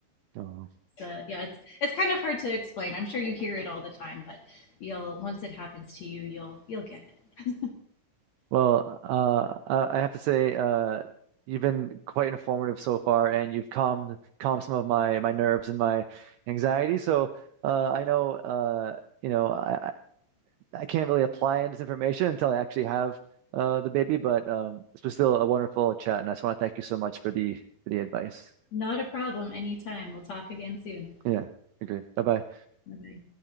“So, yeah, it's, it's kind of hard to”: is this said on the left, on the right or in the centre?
Left